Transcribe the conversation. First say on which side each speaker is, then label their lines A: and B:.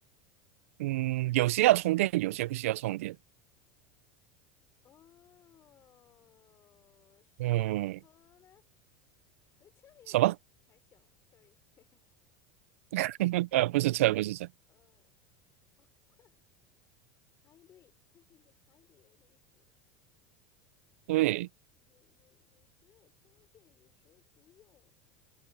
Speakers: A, on the right (about 80°); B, on the left (about 35°).
A: 嗯有些要充电，有些不需要充电，
B: 哦，是车吗？
A: 嗯，
B: 那车没有比还小，sorry。
A: 什么？
B: <laughs>
A: <laughs> 呃，不是车，不是车。
B: 呃，哦，呵，hybrid，这是一个 hybrid 的东西，
A: 对，
B: 有有有时候充电，有时候不用。